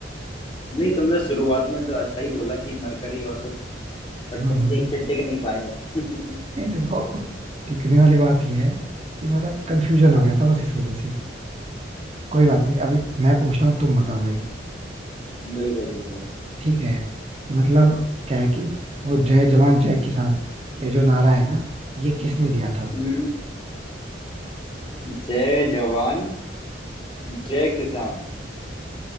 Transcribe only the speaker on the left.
नहीं तुमने शुरुआत में तो सही बोला कि मरकरी और कुछ बट
तुम एक पे टिक नहीं पाए <laughs>
हाँ
बिल्कुल बिल्कुल
हम्म, जय जवान जय किसान